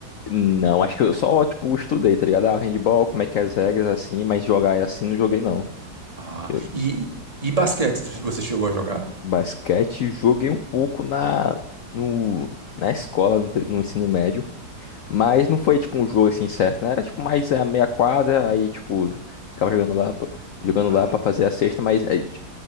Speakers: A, on the left; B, on the right.
A: não, acho que eu só, tipo, estudei, tá ligado? Ah, handball, como é que é as regras, assim, mas jogar assim não joguei, não.
B: Ah,
A: Eu-
B: e, e basquete, você chegou a jogar?
A: Basquete, joguei um pouco na, no, na escola, no, te- no ensino médio. Mas não foi tipo um jogo assim certo, né? Era tipo mais a meia quadra, aí tipo, ficava jogando lá, jogando
B: Ah,
A: lá para fazer a cesta, mas aí, ti-